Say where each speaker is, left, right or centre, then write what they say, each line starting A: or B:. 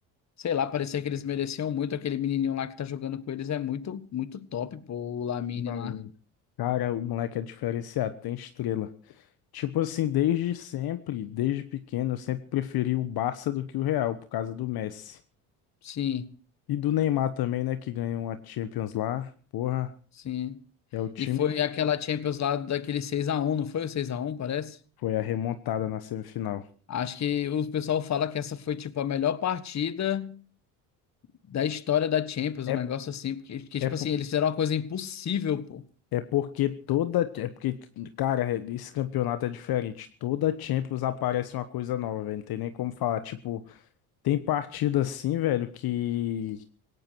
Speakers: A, on the left; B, on the left.
A: Sei lá, parecia que eles mereciam muito. Aquele menininho lá que tá jogando com eles é muito, muito top, pô. O Lamine
B: pra
A: lá.
B: mim. Cara, o moleque é diferenciado, tem estrela. Tipo assim, desde sempre, desde pequeno, eu sempre preferi o Barça do que o Real, por causa do Messi.
A: Sim,
B: E do Neymar também, né, que ganhou a Champions lá. Porra,
A: sim.
B: é o time
A: E foi
B: que
A: aquela Champions lá daquele seis a um, não foi o seis a um? parece?
B: foi a remontada na semifinal.
A: Acho que o pessoal fala que essa foi, tipo, a melhor partida da história da Champions,
B: É,
A: um negócio assim, porque, porque,
B: é,
A: tipo
B: po-
A: assim, eles fizeram uma coisa impossível, pô.
B: é porque toda. É porque, cara, esse campeonato é diferente. Toda Champions aparece uma coisa nova, velho. Não tem nem como falar, tipo. Tem partida assim, velho, que,